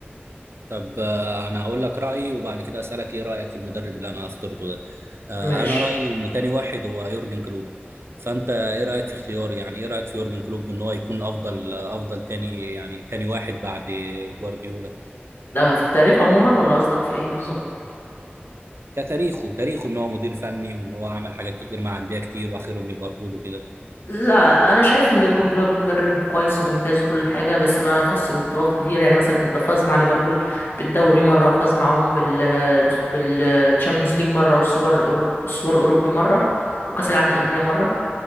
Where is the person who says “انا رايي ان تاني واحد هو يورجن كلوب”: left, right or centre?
Right